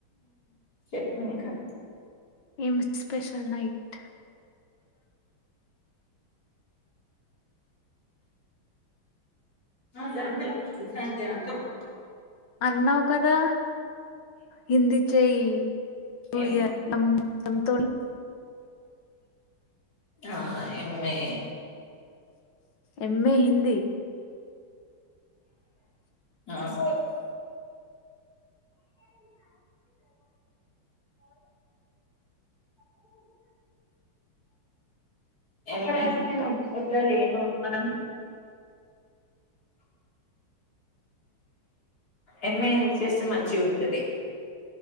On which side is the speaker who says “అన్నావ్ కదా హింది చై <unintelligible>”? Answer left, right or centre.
Left